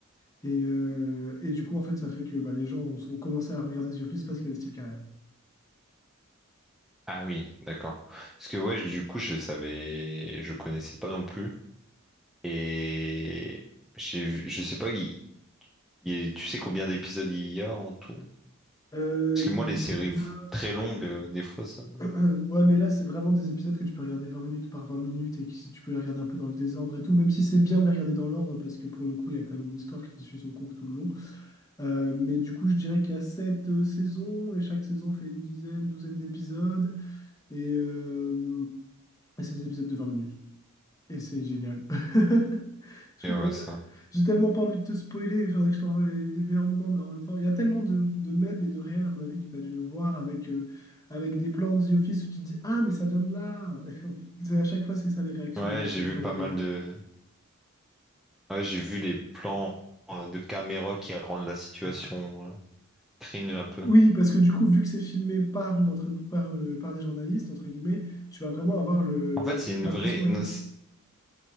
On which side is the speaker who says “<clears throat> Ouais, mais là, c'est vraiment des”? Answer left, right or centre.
Left